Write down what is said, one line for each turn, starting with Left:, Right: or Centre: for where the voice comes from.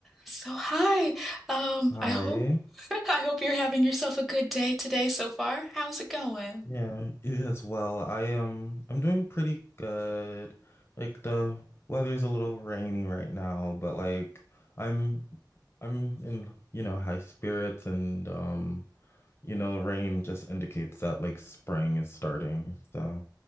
Centre: So hi. Um,
Left: Hi.
Centre: I hope <laughs> I hope you're having yourself a good day today so far. How's it going?
Left: Yeah,
Centre: <laughs>
Left: you as well. I um I'm doing pretty good. Like the weather's a little rainy right now, but like I'm I'm in, you know, high spirits and um, you know, rain just indicates that like spring is starting. So,